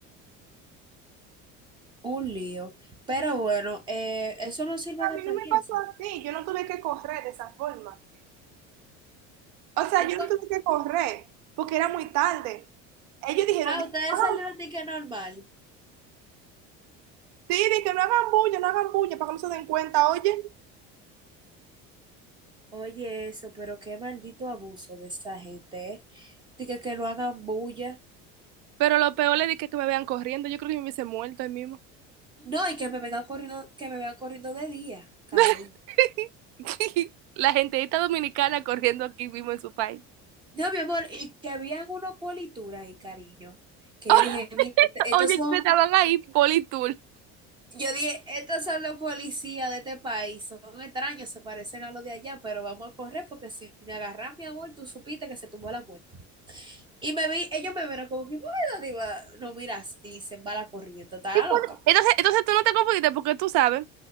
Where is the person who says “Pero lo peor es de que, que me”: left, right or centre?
Right